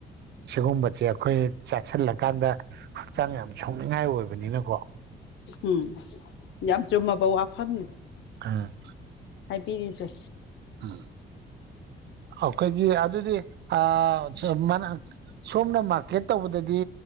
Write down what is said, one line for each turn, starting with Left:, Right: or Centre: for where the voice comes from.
Right: ꯁꯤꯒꯨꯝꯕꯁꯦ ꯑꯩꯈꯣꯏ ꯆꯥꯁꯤꯜꯂꯀꯥꯟꯗ ꯍꯛꯆꯥꯡ ꯌꯥꯝ ꯁꯥꯎꯅꯤꯡꯉꯥꯏ ꯑꯣꯏꯕꯅꯤꯅꯀꯣ
Left: ꯎꯝ ꯌꯥꯝ ꯆꯨꯝꯃꯕꯎ ꯋꯥꯐꯕꯅꯦ
Right: ꯎꯝ
Left: ꯍꯥꯏꯕꯤꯔꯤꯗꯣ
Right: ꯎꯝ ꯑꯩꯈꯣꯏꯒꯤ ꯑꯗꯨꯗꯤ ꯑꯥ ꯁ ꯃꯅ ꯁꯣꯝꯅ ꯃꯥꯔꯀꯦꯠ ꯇꯧꯕꯗꯗꯤ